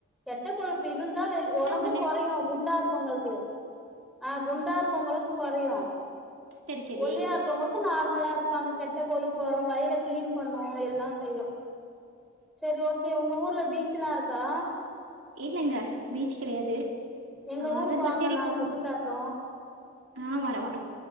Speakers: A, in the centre; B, on the right.
A: கெட்ட கொழுப்பு இருந்தா வேல் ஒடம்பு
B: உடனே
A: கொறையு குண்டா இருகவங்களுக்கு ஆ குண்டா இருக்கவங்களுக்கு கொறையு
B: செரி செரி
A: ஒல்லியார் இருக்கவங்களுக்கு நார்மலா இருப்பாங்க கெட்ட கொழுப்பு வரு வயிற க்ளீன் பண்ணு எல்லா செய்யு செரி ஓக்கே உங்க ஊர்ல பீசல்லா இருக்கா
B: இல்லங்க பீச் கெடையாது
A: எங்க
B: ஆ
A: ஊருக்கு
B: அத பஸ்
A: வாங்க
B: ஏறி
A: நா
B: போற
A: சுத்தி
B: மாறி இருக்கு
A: காட்றோ
B: ஆ வரவா